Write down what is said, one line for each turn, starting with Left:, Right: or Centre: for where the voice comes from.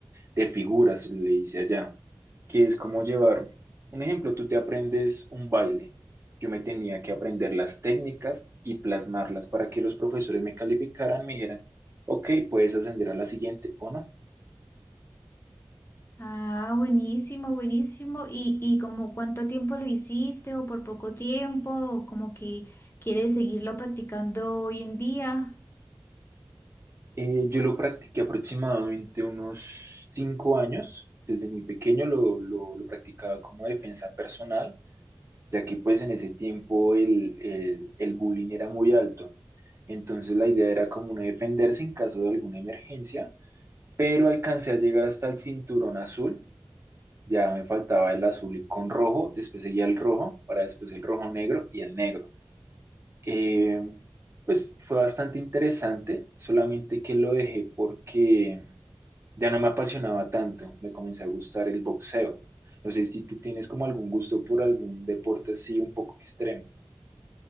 Right: de figuras, le dice allá, que es como llevar, un ejemplo, tú te aprendes un baile. Yo me tenía que aprender las técnicas y plasmarlas para que los profesores me calificaran, me dijeran, ok, puedes ascender a la siguiente o no.
Left: Ah, buenísimo, buenísimo. ¿Y, y como cuánto tiempo lo hiciste o por poco tiempo o como que quieres seguirlo practicando hoy en día?
Right: Eh, yo lo practiqué aproximadamente unos cinco años. Desde muy pequeño lo, lo- lo practicaba como defensa personal, ya que pues en ese tiempo el, el- el bullying era muy alto. Entonces la idea era como uno defenderse en caso de alguna emergencia, pero alcancé a llegar hasta el cinturón azul. Ya me faltaba el azul y con rojo, después seguía el rojo, para después el rojo negro y el negro. Eh, pues fue bastante interesante, solamente que lo dejé porque Ya no me apasionaba tanto, me comenzó a gustar el boxeo. No sé si tú tienes como algún gusto por algún deporte así un poco extremo.